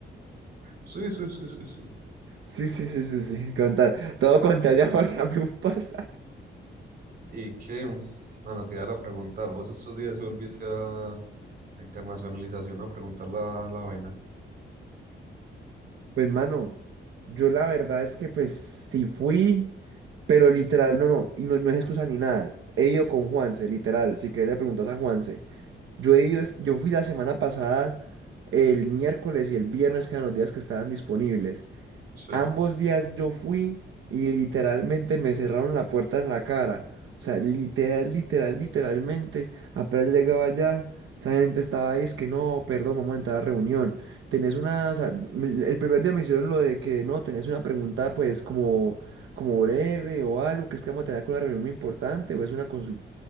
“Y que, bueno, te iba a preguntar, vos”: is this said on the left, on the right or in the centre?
Right